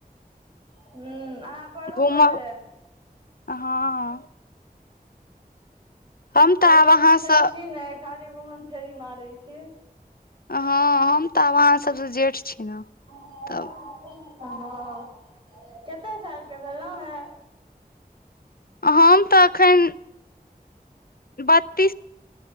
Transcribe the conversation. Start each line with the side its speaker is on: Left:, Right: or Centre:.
Right: ह्म्म अहाँ पढ़ू
Left: घूमब
Right: पहिले
Left: हँ हम तऽ
Right: पढ़ै
Left: आब अहाँसँ
Right: लिखै छी ने खाली घुम फेरी मारै छी
Left: हँ हम तऽब आहाँ सब सँ जेठ छी ने
Right: हँ
Left: तब
Right: कतेक सालके भेलउ हें
Left: हम तऽ एखन बत तीस